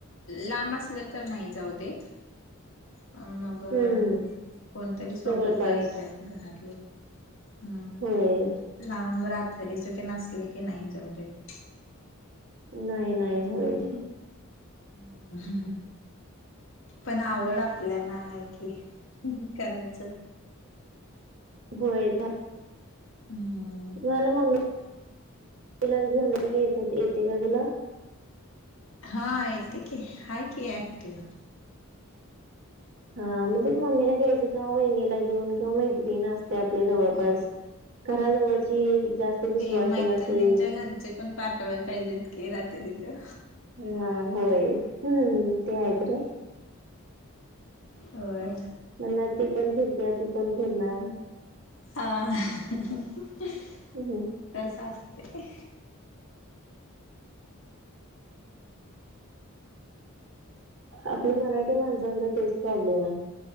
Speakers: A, on the left; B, on the right.
A: लांब असलं तर नाही जाऊ देत. मगं
B: हम्म
A: कोणतरी सोबत
B: जवळपास
A: येत्यात घरातले. हम्म
B: होय
A: लांब रात्रीचं तेन असलं की नाही जाऊ देत.
B: नाही नाही होय.
A: <inaudible> पण आवड आपल्याना हाय कि, करायचं.
B: होय तं.
A: हम्
B: मला मम्मी घेऊन घरी येत होते का तुला?
A: हा येते की, आहे की ॲक्टीवा.
B: हा म्हणजे मम्मीला घ्यायचं किंवा वहिणीला घेऊन किंवा मैत्रिणी असते आपल्या जवळपास.
A: होय
B: घराजवळची जास्त विश्वासू
A: मैत्रिणींच्या
B: असे.
A: घरचे ते पण पाठवायला पाहिजेत की, रात्रीचं.
B: हा होय, हं ते आहे खरं.
A: होय.
B: म्हणणार, ती पण फिरते तू पण फिरणार.
A: <inaudible>
B: हो.
A: तसं असतंय.
B: आपल्या मराठी माणसांचा तेच प्रॉब्लेम आहे.